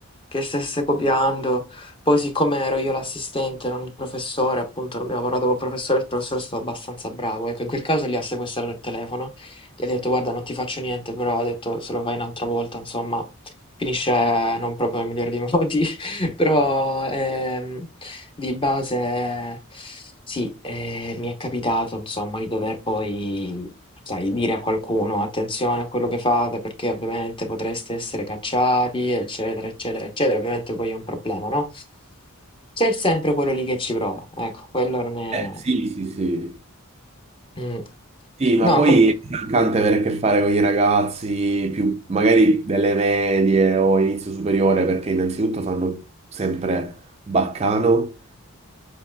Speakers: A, on the left; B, on the right.
A: che stesse copiando, poi siccome ero io l'assistente, non il professore, appunto, non abbiamo parlato col professore, il professore è stato abbastanza bravo, ecco, in quel caso gli ha sequestrato il telefono, gli ha detto guarda non ti faccio niente, però ha detto se lo fai un'altra volta, insomma, finisce non proprio nel migliore dei <laughs> modi. Però ehm, di base sì, eh, mi è capitato insomma di dover poi, sai, dire a qualcuno attenzione a quello che fate perché ovviamente potreste essere cacciati, eccetera, eccetera, eccetera. Ovviamente poi è un problema, no? C'è sempre quello lì che ci prova, ecco, quello non è...
B: eh, sì, sì, sì.
A: Mm.
B: Sì, ma
A: No,
B: poi
A: com-
B: è stancante avere a che fare con i ragazzi più magari delle medie o inizio superiore, perché innanzitutto fanno sempre baccano